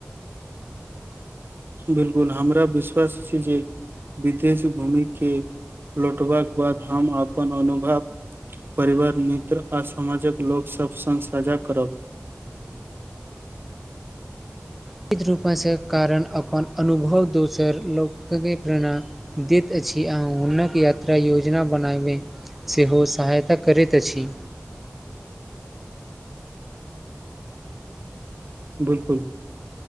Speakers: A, on the right (about 50°); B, in the centre.
A: बिलकुल हमरा विश्वास छै जे वितेश भूमि के लौटबाक बाद हम अपन अनुभव परिवार मित्र आ समाजक लोक सब सङ्ग साझा करब
B: श्चित रूपासँ कारण अपन अनुभव दोसर लोकके प्रेरणा दैत अछि आहुँ हुनक यात्रा योजना बनाबे सेहो सहायता करैत अछि
A: बिलकुल